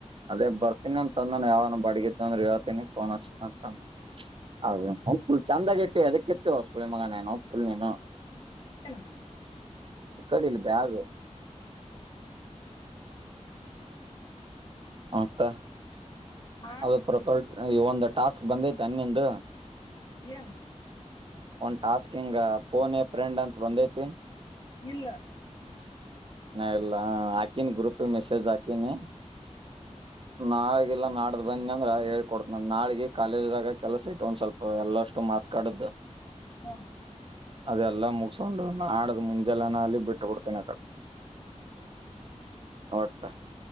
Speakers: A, on the right; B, on the left.
A: ಅದೇ ಬರ್ತೀನಿ ಅಂತ ಅನ್ನ ಯಾವನ ಬಡಗಿದ್ ಅಂದ್ರ ಹೇಳ್ತೀನಿಫೋನ್ ಹಸತನ ಅಂತ ಅನ್ನ ಅದ ಚಂದಾಗ ಇಟ್ಟು ಅದಕ್ಕೆತ್ತು ಸುಳ ಮಗ ನನ್ ಹೋಗ ಸುಲ್ಮೀನು
B: ಏನು
A: ಇ ಕಡ ಬ್ಯಾಗ ಹಂತ
B: ಹಾಂ
A: ಅದು ಪ್ರೊಕಲ್ಟ್ ಈ ಒಂದು ಟಾಸ್ಕ್ ಬಂದೈತ ಅನ್ನಂದು
B: ಏನೋ
A: ಒಂದ್ ಟಾಸ್ಕಿಂಗ್ ಪೋನ್ ಎ ಪ್ರಡ್ ಅಂತ ಒಂದೈತಿ
B: ಇಲ್ಲ
A: ನ ಎಲ್ಲ ಹಾಕಿನಿ ಗ್ರೂಪ್ ಮೆಸೇಜ್ ಹಾಕಿನಿ
B: ಹ್ಮ್
A: ನಾಳಗ ಇಲ್ಲಾ ನಾದ ಬಂದಿ ಅಂದ್ರ ಹೇಳ್ಕ ಕೊಡ್ತ ನ ನಾಡಿಗೆ ಕಾಲೇಜಿದಾಗ ಕೆಲಸ ಐತ ಒಂದ್ ಸ್ವಲ್ಪ ಎಲ್ಲ <unintelligible>
B: ಹಾಂ
A: ಅದೆಲ್ಲ ಮುಗಿಸಿಕೊಂಡು <unintelligible> ಮುಂಜೆಲಾನ ಅಲ್ಲಿ ಬಿಟ್ಟ ಬಿಡ್ತೇನಿ ಅ ಕಡೆ ಅವತ್